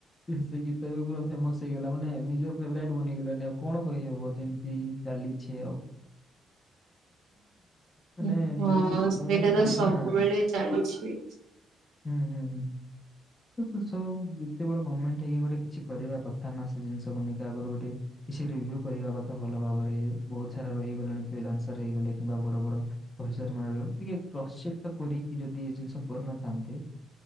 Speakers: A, on the left (about 25°); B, on the right (about 75°).
A: ଏ ସେ ଗୀତ ଏବେ ପୁରା ଫେମସ୍ ହେଇଗଲା ମାନେ ନିଜର ଫେବରାଇଟ ବନେଇଗଲାଣିି ଆଉ କଣ କହି ହବ ଯେମତି ଚାଲିଛି ଆଉ। ମାନେ
B: ହୁଁ
A: ଯୋଉ
B: ହଁ ସେଇଟା
A: ମାନେ ଥାଏ
B: ତ ସବୁବେଳେ
A: ନା
B: ଚାଲିଛି।
A: ହୁଁ ହୁଁ ହୁଁ। ଏବେ ସବୁ ଏତେ ବଡ ଗମେଣ୍ଟ ହେଇକି ଗୋଟେ କିଛି କରିବା କଥା ନା ସେ ଜିନିଷକୁ ନେଇକି ଆଗରୁ ଗୋଟେ କିଛି ରିଭୁ କରିବା କଥା ଭଲ ଭାବରେ ବହୁତ ସାରା ରହିଗଲେଣି ଫ୍ରିଲାନ୍ସରେ ହେଇଗଲେ କିମ୍ବା ବଡ ବଡ ଅଫିସର ମାନେ ଟିକେ କ୍ରସ୍ ଚେକ୍ ତ କରିକି ଯଦି ଏ ଜିନିଷ କରୁନଥାନ୍ତେ